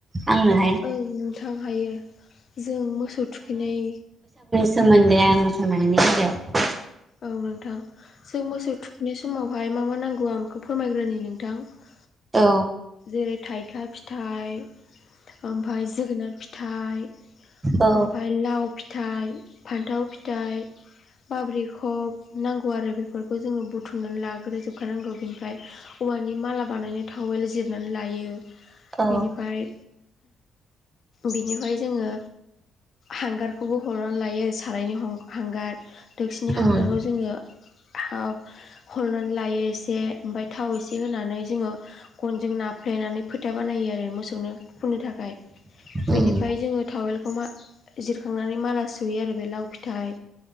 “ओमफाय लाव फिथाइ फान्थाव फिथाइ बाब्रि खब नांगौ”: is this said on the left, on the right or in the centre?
Left